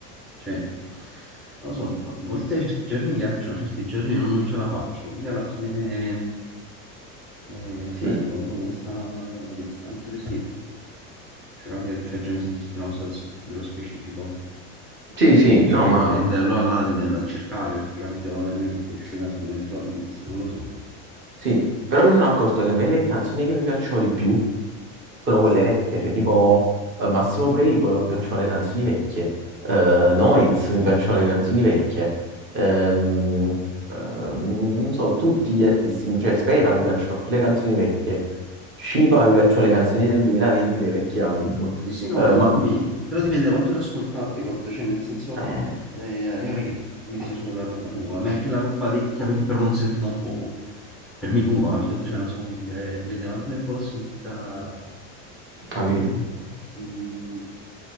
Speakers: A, in the centre; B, on the right (about 30°).
A: cioè, non lo so, a volte certi giorni mi piacciono, certi giorni non, non ce la faccio. Quindi alla fine è relativo
B: Sì.
A: a uno come sta la testa, anche perché cioè, capita che tu hai già sentirti una cosa dello specifico
B: Sì,
A: tipo
B: sì,
A: i
B: no,
A: Sorroland,
B: ma
A: allora là te li andare a cercare perché capito, non è che ti esce da solo dentro la playlist, non lo so.
B: Sì, però mi sono accorto che a me le canzoni che mi piacciono di più sono quelle vecchie, cioè tipo eh, Massimo Pericolo mi piacciono le canzoni vecchie, eh, Noiz mi piacciono le canzoni vecchie, ehm, ehm, non so, tutti gli artisti, cioè Sfera mi piacciono più le canzoni vecchie, Shiva mi piacciono le canzoni del 2020 dei vecchi album,
A: Sì, sì, no,
B: eh,
A: ma anche
B: ma
A: a me, però dipende da quanto le ascoltate, capito? Cioè, nel senso,
B: eh,
A: eh, io non è che metto solo la roba nuova, ma anche la roba vecchia che però non sento da un po', per me è nuova, capito? Cioè, non so come dire, eh, dipende da quanto tempo l'ho sentita,
B: capito?
A: eh, quindi...